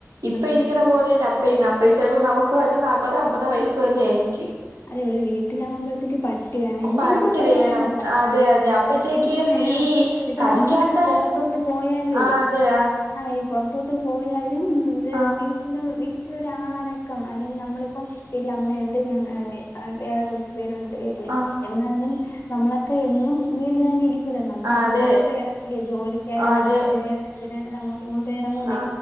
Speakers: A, on the right; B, on the left.
A: ഇപ്പൊ ഇരിക്കണ
B: അതെ അതെ
A: പോലല്ല അപ്പ ഇ അ ചിലപ്പോ നമുക്ക് വല്ല നാപ്പത അമ്പത വയസ് വല്ലെയ ആരിക്കും
B: അതെ ഒരു വീട്ടിലാകുമ്പോഴത്തേക്ക് പട്ടി വേണം എന്തെങ്കിലുമൊക്കെ
A: പട്ടി
B: വേണം പട്ടിയോ
A: അതെ അതെ
B: പൂച്ചോ
A: അപ്പഴത്തേക്കും
B: എന്തെങ്കിലും വേണം
A: ഈ
B: ഇതിപ്പോ
A: കടിക്കാത്ത
B: നമ്മളിപ്പൊ പുറത്തോട്ട് പോയാലുവേ
A: ആ അതെ
B: ആ ഈ പൊറത്തോട്ട് പോയായി <unintelligible>
A: ആ
B: വീട്ടില് വീ ട്ടിലൊരാളനക്കം അല്ലെങ്കി നമ്മളിപ്പം വീട്ടിലമ്മയുണ്ട് ഞാ വേ ആ വേറെ കൊറച്ച് പേരൊണ്ട് വീട്ടില്
A: ആ
B: എന്നാലും നമ്മളൊക്കെ എന്നും വീട്ടിലന്നെ ഇരി നമ്മളങ്ങോട്ടു
A: അതെ
B: ഇങ്ങോട്ട് എറങ്ങില്ലേ ജോലിക്കാര്യനായാലും
A: അതെ
B: അതിനായാലും <unintelligible> അങ്ങോട്ടു ഇങ്ങോട്ട് എറങ്ങൂലേ
A: ആ